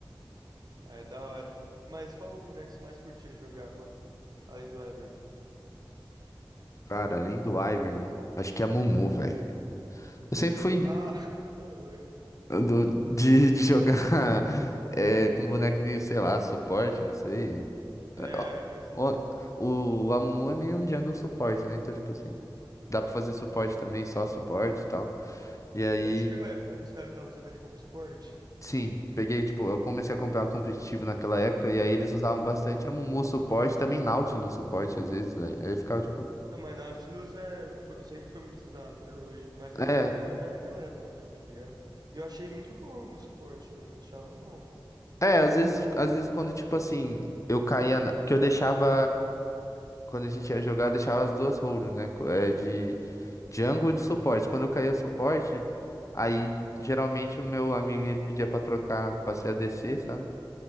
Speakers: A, on the right; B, on the left.
A: Ah, É da hora. Mas qual o boneco que você mais curtia jogar, mano? Além do Ivern.
B: Cara, além do Ivern, acho que é a Mumu, velho. Eu sempre fui
A: Ah, <laughs> ô, louco.
B: do- de, de jogar <laughs> é, com boneco meio, sei lá, suporte, não sei.
A: É,
B: É, Ó,
A: percebi.
B: ó, O, a Mumu é meio um jungle suporte, né? Então, tipo assim, dá pra fazer suporte também, só suporte e tal. E aí.
A: É, você pegou a época que os caras estavam usando ele como suporte?
B: Sim, peguei, tipo, eu comecei a comprar competitivo naquela época e aí eles usavam bastante
A: Aham.
B: a Mumu suporte, também Nautilus suporte às vezes, velho. Aí eu ficava tipo,
A: Não, mas Nautilus é, foi- sempre foi muito usado até hoje. Mas
B: é,
A: a Mumu foi mais naquela época mesmo, tá ligado? E Eu achei muito bom o suporte, mano. Achava bom.
B: é, às vezes, às vezes quando tipo assim, eu caía, na- porque eu deixava quando a gente ia jogar, eu deixava as duas roles, né, co- é, de jungle e de suporte. Quando eu caía suporte, aí geralmente o meu amigo ele pedia pra trocar, pra ser ADC, sabe?